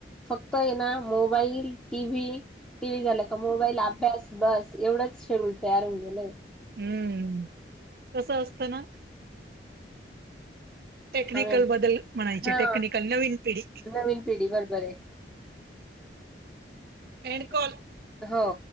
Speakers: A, in the centre; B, on the right (about 55°).
A: फक्त ये ना mobile, T V, T V झाला. मोबाईल अभ्यास बस एवढंच शेड्यूल तयार होऊ गेल्या
B: हम्म कसं असतं ना टेक्निकल
A: आणि
B: बदल म्हणायचे
A: हा
B: टेक्निकल नवीन पिढी
A: नवीन पिढी बरोबर आहे.
B: एंड
A: बँक
B: कॉल
A: ऑफ हो